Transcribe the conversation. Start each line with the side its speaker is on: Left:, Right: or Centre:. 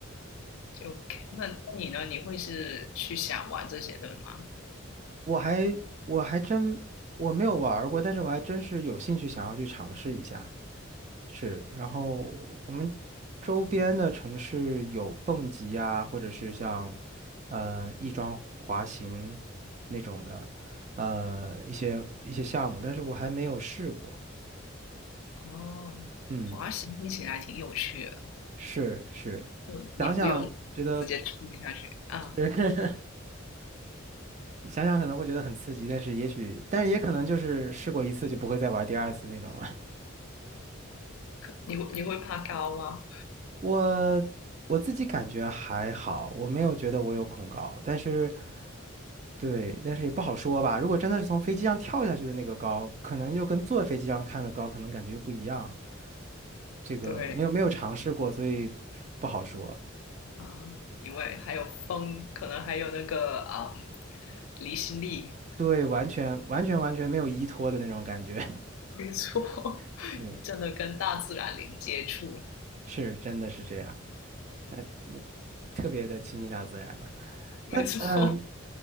Left: <laughs> 就那那你呢？你会是去想玩这些的吗？
Right: 我还我还真我没有玩儿过，但是我还真是有兴趣想要去尝试一下。是，然后我们周边的城市有蹦极呀，或者是像呃翼装滑行那种的，呃一些一些项目，但是我还没有试过。
Left: 哦，
Right: 嗯，
Left: 滑行听起来挺有趣的。
Right: 是是，
Left: 就你不用直接踢下去啊。
Right: 想想觉得 <laughs> 想想可能会觉得很刺激，但是也许但是也可能就是试过一次就不会再玩第二次那种了。
Left: 你会你会怕高吗？
Right: 我我自己感觉还好，我没有觉得我有恐高，但是，对，但是也不好说吧。如果真的是从飞机上跳下去的那个高，可能又跟坐飞机上看的高，可能感觉又不一样。这个没有没有尝试过，
Left: 对，
Right: 所以不好说。
Left: 啊，因为还有风，可能还有那个嗯离心力。
Right: 对，完全完全完全没有依托的那种感觉，<laughs>
Left: 没错，<laughs>
Right: 是
Left: 你真的跟大自然零接触了。
Right: 是，真的是这样，那特别的亲近大自然了。
Left: 没错。
Right: 那。